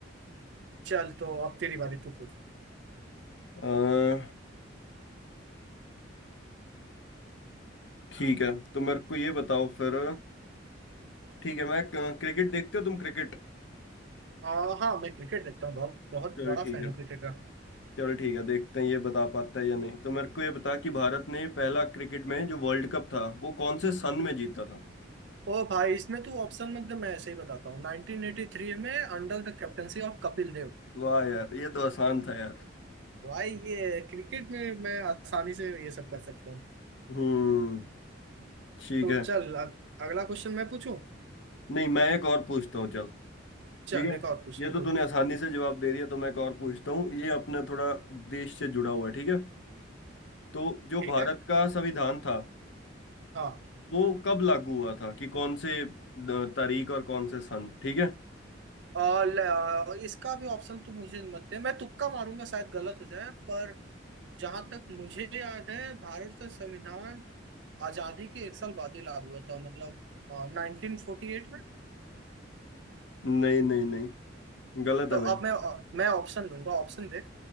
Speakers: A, on the right (about 65°); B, on the left (about 70°).
A: चल तो अब तेरी बारी तू पूछ
B: अह, ठीक है तो मेरे को ये बताओ फिर ठीक है मैं क्रिकेट देखते हो तुम क्रिकेट
A: आ, हाँ मैं क्रिकेट देखता हूँ बहुत बहुत
B: चलो
A: बड़ा
B: ठीक
A: फैन
B: है
A: हूँ क्रिकेट का
B: चलो ठीक है देखते हैं ये बता पाता है या नहीं तो मेरे को ये बता कि भारत ने पहला क्रिकेट में जो वर्ल्ड कप था वो कौन से सन में जीता था
A: ओ भाई इसमें तू ऑप्शन मत दे मैं ऐसे ही बताता हूँ 1983 में under the captaincy of Kapil Dev
B: वाह यार ये तो आसान था यार
A: भाई ये क्रिकेट में मैं आसानी से ये सब कर सकता हूँ
B: हम्म ठीक
A: तो
B: है
A: चल अग- अगला क्वेश्चन मैं पूछूं
B: नहीं मैं एक और पूछता हूँ चल
A: चल
B: ठीक है
A: एक और पूछ
B: ये
A: लेते
B: तो
A: हैं।
B: तूने आसानी से जवाब दे दिया तो मैं एक और पूछता हूँ ये अपना थोड़ा देश से जुड़ा हुआ है ठीक है तो जो
A: ठीक
B: भारत
A: है
B: का संविधान था
A: हाँ
B: वो कब लागू हुआ था कि कौन से अ, तारीख और कौन से सन ठीक है
A: और ल- इसका भी ऑप्शन तो मुझे मत दे मैं तुक्का मारूंगा शायद गलत हो जाए पर जहां तक मुझे याद है भारत का संविधान आजादी के एक साल बाद ही लागू हुआ था मतलब नाइनटीन फोर्टी एट में
B: नहीं नहीं नहीं गलत
A: तो
B: है भाई
A: अब मैं मैं ऑप्शन दूंगा ऑप्शन दे